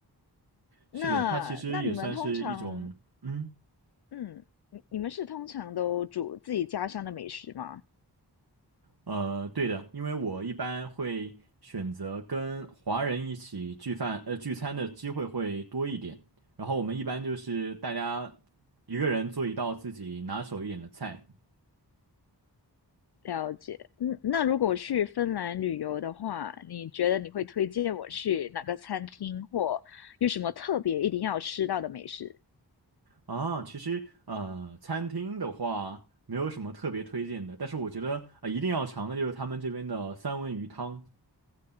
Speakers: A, on the right; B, on the left.
A: 是的，
B: 那那你们通常，
A: 它其实也算是一种，嗯，
B: 嗯，你你们是通常都煮自己家乡的美食吗？
A: 呃，对的，因为我一般会选择跟华人一起聚饭，呃，聚餐的机会会多一点。然后我们一般就是大家一个人做一道自己拿手一点的菜
B: 了解。嗯，那如果去芬兰旅游的话，你觉得你会推荐我去哪个餐厅，或有什么特别一定要吃到的美食？
A: 啊。其实，呃，餐厅的话没有什么特别推荐的，但是我觉得，呃，一定要尝的就是他们这边的三文鱼汤。